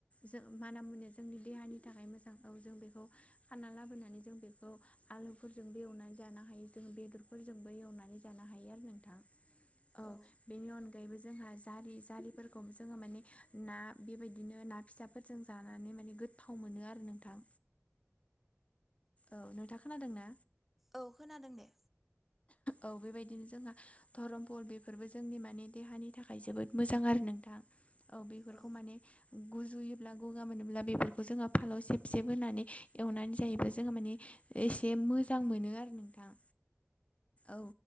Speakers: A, on the left; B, in the centre.
A: जों माना-मुनिया जोंनि देहानि थाखाय मोजांखौ औ जों बेखौ खाना लाबोनानै जों बेखौ आलुफोरजोंबो एवनानै जानो हायो जों बेदरफोरजोंबो एवनानै जानो हायो आरो नोंथां औ
B: औ
A: बेनि अनगायैबो जोंहा जारि जारिफोरखौ जोङो माने ना बेबायदिनो ना फिसा फोरजों जानानै माने गोथाव मोनो आरो नोंथां औ नोंथा खोनादों ना
B: औ खोनादों दे
A: औ बेबायदिनो जोंहा धरमपल बेफोरबो जोंनि मानि देहानि थाखाय जोबोद मोजां आरो नोंथां औ बेफोरखौ
B: औ
A: माने गुजुयो ब्ला गगा मोनोब्ला बेफोरखौ जोङो फालाव सेब सेब होनानै एवनानै जायोब्ला जोङो माने एसे मोजां मोनो आरो नोंथां औ